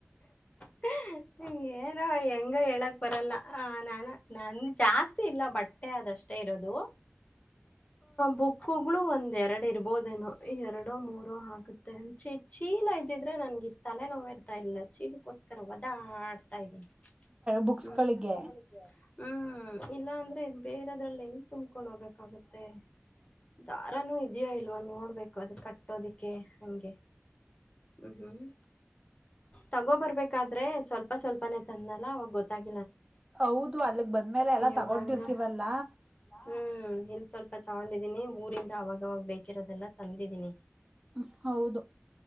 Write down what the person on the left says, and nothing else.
<unintelligible> ಏನೋ ಹೆಂಗ ಹೇಳಕ್ ಬರಲ್ಲ ಆ ನಾನ ನನ್ ಜಾಸ್ತಿ ಇಲ್ಲ ಬಟ್ಟ. ಬಟ್ಟೆ ಅಷ್ಟೇ ಇರೋದು ಬುಕ್ಕುಗಳು ಒಂದ್ ಎರಡ. ಇರ್ಬೋದೇನೋ ಈ ಎರಡು ಮೂರು ನಾಲ್ಕ. ಗೆ ಚ ಚೀಲ ಇದ್ದಿದ್ರೆ ನನಗೆ ತಲೆನೋವು ಇರ್ತಾ ಇಲ್ಲ ಚೀಲಕ್ಕೋಸ್ಕರ ವದಾ ಆಡ್ತಾ ಇದೀನಿ.
ಹ್ಮ.
ಹ್ಮ್ ಇಲ್ಲಾ ಅಂದ್ರೆ ಇ ಬೇರೆದ್ರಲ್ಲಿ ಹೆಂಗ ತುಂಬಕೊಂಡ್ ಹೋಗ್ಬೇಕಾಗುತ್ತೆ. ದಾರಾನೂ ಇದೆಯೋ ಇಲ್ವಾ ನೋಡ್ಬೇಕು ಅದು ಕಟ್ಟೋದಿಕ್ಕೆ. ಹಂಗೆ ಹ್ಮ್ ಹ್ಮ್. ತಗೋಬರ್ಬೇಕಾದ್ರೆ ಸ್ವಲ್ಪ ಸ್ವಲ್ಪನೆೇ ತಂದ್ನಲ್ಲ ಅವಾಗ ಗೊತ್ತಾಗ.
ಇವಾಗ
ಹ್ಮ್ ಇಲ್ ಸ್ವಲ್ಪ ತಗೊಂಡಿದ್ದೀನಿ ಊರಿಂದ ಅವಾಗವಾಗ ಬೇಕಿರೋದೆಲ್ಲ ತಂದಿದ್ದೀನಿ.